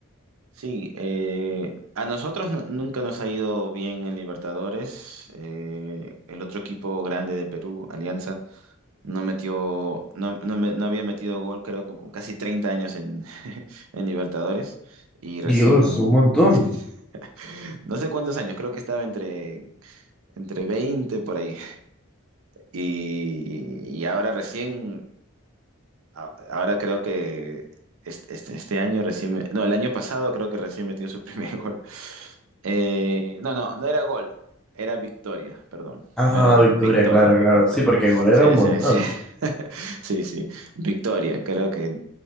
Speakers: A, on the right (about 70°); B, in the centre.
A: Sí, eh, a nosotros nu- nunca nos ha ido bien en Libertadores. Eh, el otro equipo grande de Perú, Alianza, no metió, no, no me- no había metido gol, creo, con, con casi 30 años en, <laughs> en Libertadores. Y recién,
B: Dios, un montón.
A: <laughs> no sé cuántos años, creo que estaba entre, entre 20 por ahí. Y, y ahora recién a- ahora creo que este, este- este año recién, me- no, el año pasado creo que recién metió su primer <laughs> gol. Eh, no, no, no era gol, era victoria, perdón.
B: Ah,
A: No era gol,
B: Victoria,
A: victoria,
B: claro, claro.
A: victoria.
B: Sí, porque igual era
A: Sí,
B: un montón.
A: sí, sí. <laughs> Sí, sí, victoria. Creo que